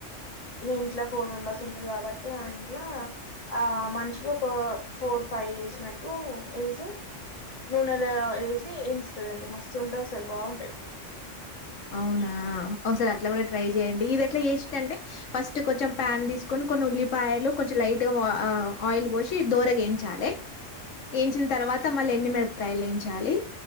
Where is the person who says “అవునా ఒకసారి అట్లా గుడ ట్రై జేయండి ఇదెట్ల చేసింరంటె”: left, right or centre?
Left